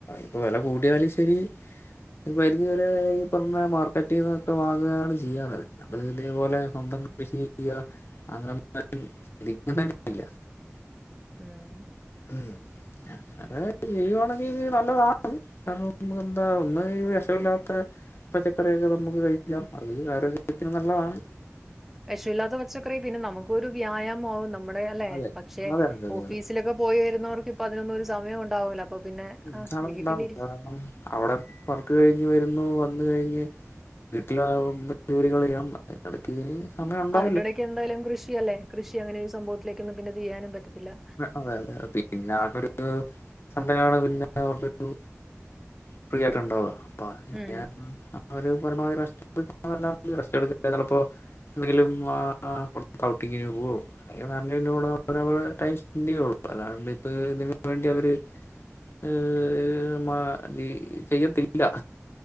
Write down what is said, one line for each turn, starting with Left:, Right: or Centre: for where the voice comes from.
Left: ഇപ്പൊ വെല കൂടിയാലും ശരി ഒരു പരിധി വരെ ഈ പർഞ്ഞ മാർക്കറ്റീന്നൊക്കെ വാങ്ങുകയാണ് ചെയ്യണത് അപ്പം ഇതേപോലെ സ്വന്തം കൃഷി ചെയ്യാ <unintelligible> ഇല്ലാ
Centre: ഉം
Left: ഉം അത് ചെയ്യുവാണെങ്കി നല്ലതാണ് കാരണം നമ്മക്ക് എന്താ ഒന്ന് ഈ വെഷയില്ലാത്ത ഈ പച്ചക്കറിയൊക്കെ നമ്മക്ക് കഴിക്കാം അത് ആരോഗ്യത്തിന് നല്ലതാണ്
Centre: വെഷം ഇല്ലാത്ത പച്ചക്കറി പിന്നെ നമുക്കൊരു വ്യായാമമാവും നമ്മടെ അല്ലെ
Left: അതെ.
Centre: പക്ഷെ
Left: അതെ അതെ അതെ
Centre: ഓഫീസിലൊക്കെ
Left: അതെ
Centre: പോയി വരുന്നവർക്ക് ഇപ്പ അതിനൊന്നും ഒരു സമയം ഒണ്ടാവൂല്ലാ അപ്പ പിന്നെ ആഹ്
Left: ഇതാണ്
Centre: വീട്ടിലിരിക്
Left: ഉണ്ടാവുക കാരണം അവിടെ വർക്ക് കഴിഞ്ഞ് വരുന്നു വന്ന് കഴിഞ്ഞ് വീട്ടിലാകുമ്പ ജോലികളെയ്യാം അതിനെടക്ക് ഇതിന് സമയം ഒണ്ടാവില്ലാ
Centre: അതിന്റെ ഇടയ്ക്ക് എന്തായാലും കൃഷിയല്ലേ കൃഷി അങ്ങനെ ഒരു സംഭവത്തിലേക്കൊന്നും പിന്നെ തിരിയാനും പറ്റത്തില്ലാ
Left: അതെ അതെ പിന്നെ അവർക്കൊരു <unintelligible> പിന്നെ അവർക്കൊരു ഫ്രീ ആയിട്ട് ഒണ്ടാവാ അപ്പൊ <unintelligible>
Centre: ഉം
Left: അവര് പരമാവധി റസ്റ്റ് <unintelligible> റസ്റ്റെട്ക്കാ ചെലപ്പോ എന്തെങ്കിലും ആഹ് പൊർത്ത് ഔട്ടിങ്ങിന് പോവോ അല്ലെങ്കി <unintelligible> കൂടെ ടൈം സ്പെൻഡ് ചെയ്യോ അല്ലാണ്ടിപ്പം ഇതിന് വേണ്ടി അവര് ഏഹ് മ ഇതി ചെയ്യത്തില്ലാ